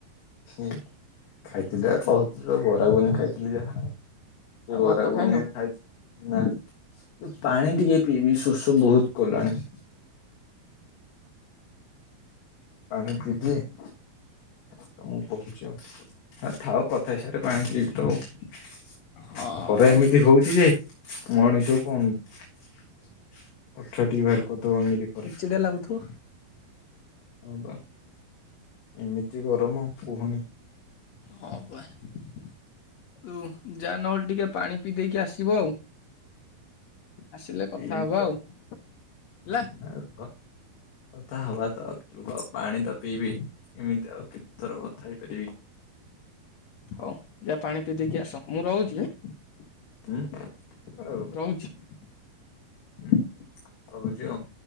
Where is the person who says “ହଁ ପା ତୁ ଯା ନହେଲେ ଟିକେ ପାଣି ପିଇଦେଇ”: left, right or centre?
Left